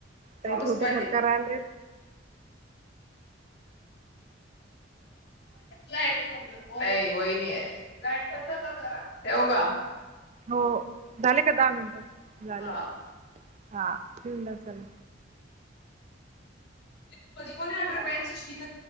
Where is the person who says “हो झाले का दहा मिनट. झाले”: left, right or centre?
Right